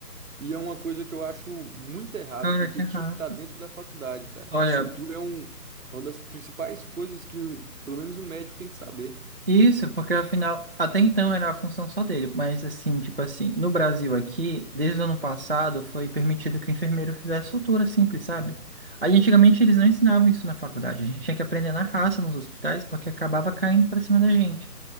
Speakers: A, on the right; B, on the right.
A: E é uma coisa que eu acho muito errado,
B: Cara,
A: porque
B: que errado.
A: tinha que estar dentro da faculdade, cara.
B: Olha,
A: Sutura é um, é uma das principais coisas que um- pelo menos um médico tem que saber.
B: Isso, porque afinal, até então era a função só dele, mas assim, tipo assim, no Brasil aqui, desde o ano passado, foi permitido que o enfermeiro fizesse sutura simples, sabe? Aí antigamente eles não ensinavam isso na faculdade, a gente tinha que aprender na raça nos hospitais, porque acabava caindo pra cima da gente.